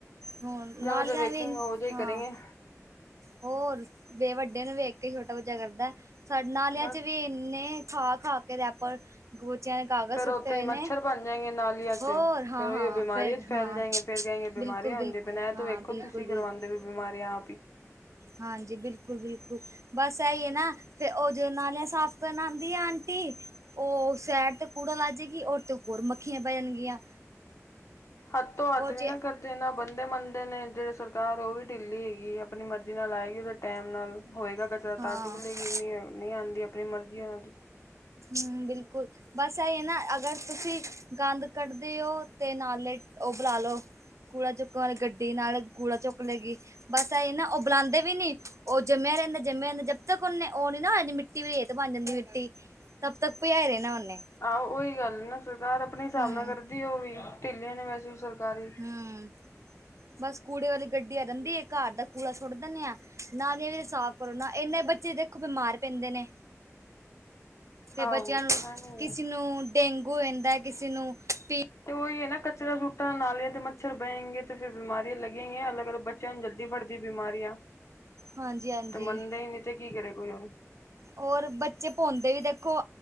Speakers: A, on the right; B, on the left.
A: ਹੁਣ
B: ਜਿਹੋ
A: ਨਾਲੀਆਂ
B: ਜਿਹਾ ਵੇਖੇਗੇ,
A: ਵੀ
B: ਉਹੋ ਜਿਹਾ ਹੀ
A: ਹਾਂ
B: ਕਰੇਗੇ‌‌।
A: ਹੋਰ, ਫੇਰ ਵੱਡੇ ਨੂੰ ਵੇਖ ਕੇ ਛੋਟਾ ਬੱਚਾ ਕਰਦਾ, ਸਾਡੇ ਨਾਲਿਆਂ
B: ਬਸ
A: 'ਚ ਵੀ ਏਨੇ ਖਾ ਖਾ ਕੇ ਰੈਪਰ, ਬੱਚਿਆਂ ਨੇ ਕਾਗਜ਼
B: ਫੇਰ
A: ਸੁੱਟੇ
B: ਉੱਥੇ
A: ਹੋਏ
B: ਹੀ ਮੱਛਰ
A: ਨੇ,
B: ਬਣ ਜਾਏਂਗੇ ਨਾਲੀਆਂ ਚ
A: ਹੋਰ ਹਾਂ,
B: ਫੇਰ ਉਹੀ
A: ਹਾਂ
B: ਬਿਮਾਰੀਆਂ
A: ਫੇਰ।
B: ਚ ਫੈਲ
A: ਹਾਂ
B: ਜਾਏਂਗੇ ਫਿਰ ਕਹੇਗੇ ਬਿਮਾਰੀਆਂ
A: ਬਿਲਕੁਲ-ਬਿਲਕੁਲ
B: ਹੁੰਦੀਆਂ ਪਈਆਂ ਨੇ, ਇਹ
A: ਹਾਂ
B: ਤਾਂ ਵੇਖੋ
A: ਬਿਲਕੁਲ-ਬਿਲਕੁਲ
B: ਤੁਸੀਂ ਕਰਵਾਉਂਦੇ ਪਏ ਹੋ ਬਿਮਾਰੀਆਂ ਆਪ ਹੀ।
A: ਹਾਂਜੀ। ਬਿਲਕੁਲ, ਬਿਲਕੁਲ ਬਸ ਏਹੀ ਹੈ ਨਾ, ਫਿਰ ਉਹ ਜੋ ਨਾਲੀਆ ਸਾਫ਼ ਕਰਨ ਆਂਦੀ ਏ ਅੰਟੀ, ਉਹ ਸੈਡ ਤੇ ਕੂੜਾ ਲਾ ਜੇਗੀ ਔਰ ਤੇ ਹੋਰ ਮੱਖੀਆਂ ਬਹਿ ਜਾਣਗੀਆਂ।
B: ਹੱਥ ਤੋਂ ਹੱਥ
A: ਉਹ
B: ਨੀ
A: ਚ
B: ਨਾ ਕਰਦੇ, ਇਹ ਨਾ ਬੰਦੇ ਮੰਨਦੇ ਨੇ, ਜਿਹੜੇ ਸਰਕਾਰ ਉਹ ਵੀ ਢਿੱਲੀ ਹੈਗੀ, ਆਪਣੀ ਮਰ ਜ਼ੀ ਨਾਲ ਆਏਗੀ, ਫਿਰ ਟਾਈਮ ਨਾਲ ਹੋਏਗਾ ਕਚਰਾ
A: ਹਾਂ-ਹਾਂ-ਹਾਂ
B: ਤਾਂ ਚੁੱਕ ਲੇਗੀ, ਨਹੀਂ ਆਂਦੀ ਆਪਣੀ ਮਰਜ਼ੀ ਉਹਨਾਂ ਦੀ।
A: ਹੂੰ, ਬਿਲਕੁਲ। ਬਸ ਇਹੀ ਐ ਨਾ, ਅਗਰ ਤੁਸੀਂ ਗੰਦ‌ ਕੱਢਦੇ ਓ ਤੇ ਨਾਲੇ ਉਹ ਬੁਲਾ ਲੋ ਕੂੜਾ ਚੁੱਕਣ ਵਾਲੀ ਗ ਡੀ ਨਾਲੇ ਗੂੜਾ ਚੁੱਕ ਲਏਗੀ, ਬਸ ਏਹੀ ਨਾ ਉਹ ਬੁਲਾਂਦੇ ਵੀ ਨਹੀਂ। ਉਹ ਜੰਮਿਆ ਰਹਿੰਦਾ, ਜੰਮਿਆ ਰਹਿੰਦਾ, ਜਦ ਤੱਕ ਉਹਨੇ ਉਹ ਨਹੀਂ ਨਾ ਉਹ ਹੋ ਜਾਂਦੀ ਮਿੱਟੀ ਵੀ ਰੇਤ ਬਣ ਜਾਂਦੀ ਮਿੱਟੀ। ਤਬ ਤੱਕ ਪਿਆ ਰਹਿਣਾ ਉਹਨੇ‌।
B: ਆਹੋ ਉਹੀ ਗੱਲ ਨਾ ਸਰਕਾਰ ਆਪਣੇ ਹਿਸਾਬ
A: ਹੂੰ
B: ਨਾਲ ਕਰਦੀ ਏ, ਉਹ ਵੀ ਢਿੱਲੀਆਂ ਨੇ ਵੈਸੇ ਵੀ ਸਰਕਾਰ ਵੀ।
A: ਹੂੰ ਬਸ ਕੂੜੇ ਵਾਲੀ ਗੱਡੀ ਆ ਰਹਿੰਦੀ ਏ, ਘਰ ਦਾ ਕੂੜਾ ਸੁੱਟ ਦਿੰਦੇ ਆ। ਨਾਲੀਆਂ ਵੀ ਤੇ ਸਾਫ਼ ਕਰੋ ਨਾ, ਇੰਨੇ ਬੱਚੇ ਦੇਖੋ ਬਿਮਾਰ ਪੈਂਦੇ ਨੇ। ਤੇ
B: ਆਹੋ
A: ਬੱਚਿਆਂ ਨੂੰ,
B: ਐਵੇਂ ਹੀ
A: ਕਿਸੇ
B: ਹੈ।
A: ਨੂੰ ਡੇਂਗੂ ਹੋ ਜਾਂਦਾ, ਕਿਸੇ ਨੂੰ ਪੀ
B: ਤੇ ਉਹੀ ਹੈ ਨਾ ਕਚਰਾ ਸੁੱਟਣ ਨਾਲੀਆਂ ਤੇ ਮੱਛਰ ਬਹਿਗੇ ਤੇ ਫੇਰ ਬਿਮਾਰੀਆਂ ਲਗ ਲੱਗਣਗੀਆਂ ਅਲੱਗ-ਅਲੱਗ ਬੱਚਿਆਂ ਨੂੰ ਜਲਦੀ ਫੜਦੀਆਂ ਬਿਮਾਰੀਆਂ
A: ਹਾਂਜੀ ਹਾਂਜੀ
B: ਤੇ ਮੰਨਦੇ ਹੀ ਨਹੀਂ। ਤੇ ਕੀ ਕਰੇ ਕੋਈ ਹੁਣ।
A: ਔਰ ਬੱਚੇ ਘੁੰਮਦੇ ਵੀ ਦੇਖੋ,